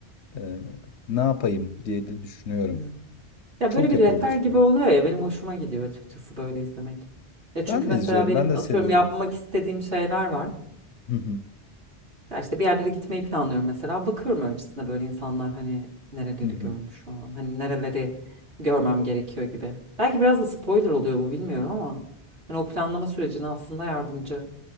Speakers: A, on the left; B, on the right.
A: Ee, ne yapayım diye de düşünüyorum.
B: Evet. Ya
A: Çok
B: böyle bir
A: yapıldı
B: rehber
A: çünkü.
B: gibi oluyor ya benim hoşuma gidiyor açıkçası böyle izlemek. Ya çünkü
A: Ben
B: mesela
A: de izliyorum,
B: benim
A: ben de
B: atıyorum
A: seviyorum.
B: yapmak istediğim şeyler var.
A: Hı hı,
B: Ya işte bir yerlere gitmeyi planlıyorum mesela. Bakıyorum öncesinde böyle insanlar hani nereleri
A: hı hı.
B: görmüş şu an. Hani nereleri görmem gerekiyor gibi. Belki biraz da spoiler oluyor bu bilmiyorum ama. Hani o planlama sürecine aslında yardımcı